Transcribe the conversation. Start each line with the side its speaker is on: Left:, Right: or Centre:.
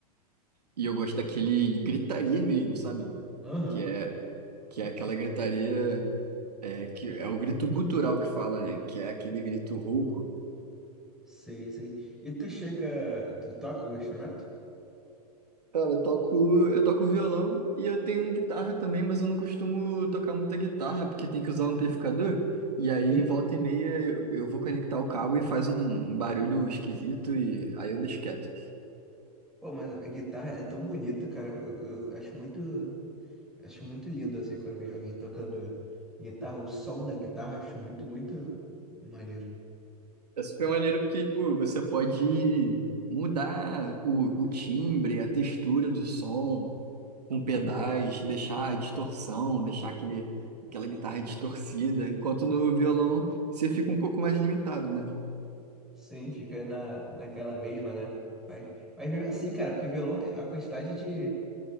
Right: E eu gosto daquele de gritaria mesmo, sabe?
Centre: Aham,
Right: Que é, que é aquela gritaria, é, que é o grito gutural que fala, né? Que é aquele grito rouco.
Centre: sei, sei. E tu chega, tu toca algum instrumento?
Right: Cara, eu toco, eu toco violão e eu tenho guitarra também, mas eu não costumo tocar muita guitarra, porque tem que usar o amplificador. E aí,
Centre: Sim.
Right: volta e meia, eu eu vou conectar o cabo e faz um barulho esquisito e aí eu deixo quieto.
Centre: Pô, mas a guitarra é tão bonita, cara. Eu, eu acho muito. Acho muito lindo assim quando eu vejo alguém tocando guitarra, o som da guitarra, acho muito, muito maneiro.
Right: É super maneiro porque, pô, você pode mudar o, o timbre, a textura do som. com pedais,
Centre: Uhum.
Right: deixar a distorção, deixar aquele, aquela guitarra distorcida, enquanto no violão você fica um pouco mais limitado, né?
Centre: Sim, fica na, naquela mesma, né? Mas, mas mesmo assim, cara, porque violão tem a quantidade de,